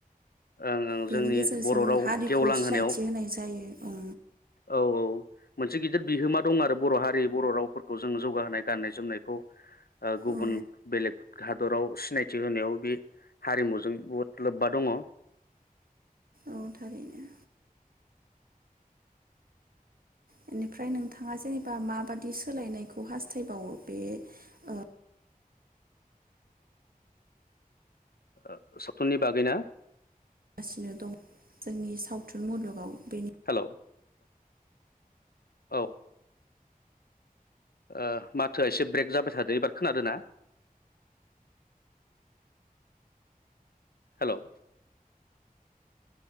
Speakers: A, on the left; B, on the right.
A: ओं ओं
B: बेनि
A: जोंनि
B: गेजेरजों
A: बर' राव
B: हारिखौ
A: गेवलां
B: सिनायथि
A: होनायाव।
B: होनाय जायो औ
A: औ औ मोनसे गिदिर बिहोमा दं आरो बर' हारि बर' रावफोरखौ जो जौगाहोनाय गाननाय जोमनायखौ ओ गुबुन
B: औ
A: बेलेग हादराव सिनायथि होनायाव बे हारिमुजों बुहुद लोब्बा दङ।
B: औ थारैनो। बेनिफ्राय नोंथाङा जेनेबा माबादि सोलायनायखौ हास्थायबावो बे ओ
A: ओ सावथुननि बागै ना?
B: गासिनो दं जोंनि सावथुन मुलुगाव। बेनि
A: हेल औ औ ओ माथोआ एसे ब्रेक जाबाय थादो एबार खोनादो ना? हेल